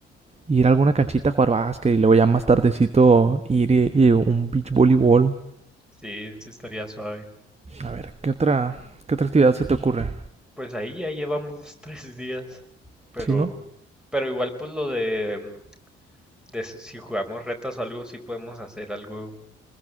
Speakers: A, on the right; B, in the centre.
A: ir a alguna canchita a jugar básquet y luego ya más tardecito ir y, y un beach voleibol.
B: Sí, sí estaría suave.
A: A ver, ¿qué otra, qué otra actividad se te ocurre?
B: Pues ahí ya llevamos <laughs> tres días. Pero,
A: ¿Sí, no?
B: pero igual pues lo de, em, de si si jugamos retas o algo, sí podemos hacer algo,